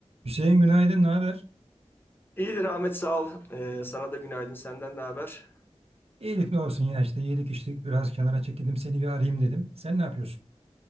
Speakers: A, on the right (about 60°); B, on the left (about 20°).
A: Hüseyin günaydın, ne haber?
B: İyidir Ahmet sağ ol. Ee, sana da günaydın. Senden ne haber?
A: İyilik ne olsun ya işte yedik içtik biraz kenara çekildim seni bir arayayım dedim. Sen ne yapıyorsun?